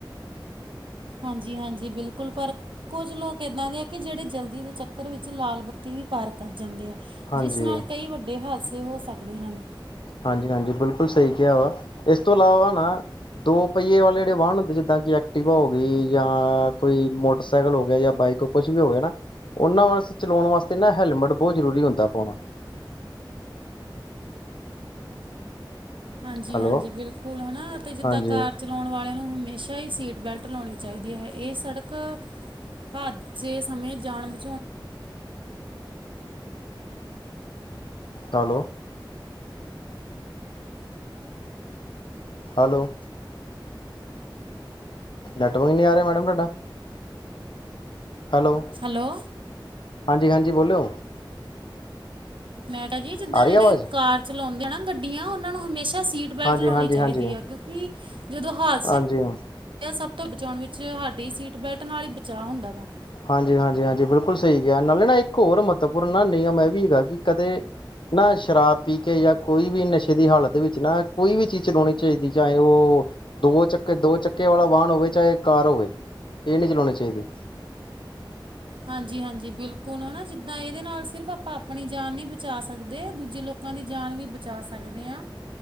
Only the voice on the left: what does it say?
ਹਾਂਜੀ।
ਹਾਂਜੀ- ਹਾਂਜੀ ਬਿਲਕੁਲ ਸਹੀ ਕਿਹਾ ਵਾ, ਇਸ ਤੋਂ ਇਲਾਵਾ ਨਾ- ਦੋ ਪਹੀਏ ਵਾਲੇ ਜਿਹੜੇ ਵਾਹਨ ਹੁੰਦੇ ਜਿੱਦਾਂ ਕਿ ਐਕਟੀਵਾ ਹੋ ਗਈ, ਜਾਂ ਕੋਈ ਮੋਟਰਸਾਈਕਲ ਹੋ ਗਿਆ, ਜਾਂ ਬਾਈਕ, ਕੁਛ ਵੀ ਹੋ ਗਿਆ ਨਾ, ਉਹਨਾਂ ਵਾਸ ਚਲਾਉਣ ਵਾਸਤੇ ਨਾ ਹੈਲਮਟ ਬਹੋਤ ਜ਼ਰੂਰੀ ਹੁੰਦਾ ਪਾਉਣਾ।
ਹੈਲੋ
ਹਾਂਜੀ
ਹੈਲੋ, ਹੈਲੋ- ਨੈਟਰਕ ਨੀ ਆ ਰਿਹਾ ਮੈਡਮ ਤੁਹਾਡਾ? ਹੈਲੋ,
ਹਾਂਜੀ- ਹਾਂਜੀ ਬੋਲੋ।
ਆ ਰਹੀ
ਆਵਾਜ਼
ਹਾਂਜੀ
ਹਾਂਜੀ
ਹਾਂਜੀ
ਹਾਂਜੀ
ਹਾਂਜੀ ਹਾਂਜੀ ਹਾਂਜੀ ਬਿਲਕੁਲ ਸਹੀ ਕਿਆ ਨਾਲੇ ਨਾ ਇੱਕ ਹੋਰ ਮ ਮਹੱਵਪੂਰਨ ਨਾ ਨਿਯਮ ਇਹ ਵੀ ਹੈਗਾ ਕਿ ਕਦੇ, ਨਾ ਸ਼ਰਾਬ ਪੀ ਕੇ ਜਾਂ ਕੋਈ ਵੀ ਨਸ਼ੇ ਦੀ ਹਾਲਤ ਵਿੱਚ ਨਾ ਕੋਈ ਵੀ ਚੀਜ਼ ਚਲਾਉਣੀ ਚਾਈਦੀ ਚਾਹੇ ਉਹ ਦੋ ਚੱਕੇ, ਦੋ ਚੱਕੇ ਵਾਲਾ ਵਾਹਨ ਹੋਵੇ ਚਾਹੇ ਕਾਰ ਹੋਵੇ। ਇਹ ਨੀ ਚਲਾਣੀ ਚਾਈਦੀ।